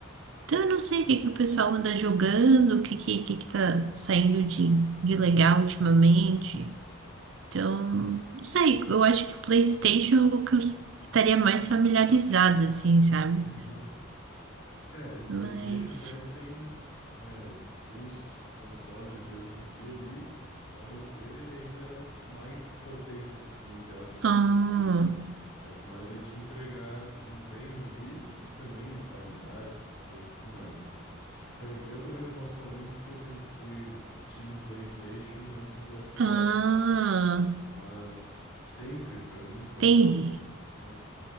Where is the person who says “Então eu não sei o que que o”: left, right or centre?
Right